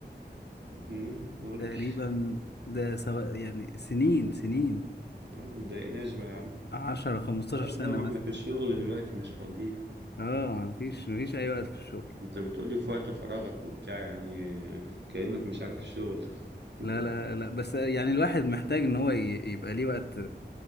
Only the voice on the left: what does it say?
تقريبا
ده سواء يعني سنين سنين
10 15
سنة
مثلا
اه مفيش مفيش اي وقت في الشغل
لا لا لا بس يعني الواحد محتاج ان هو ي- يبقى ليه وقت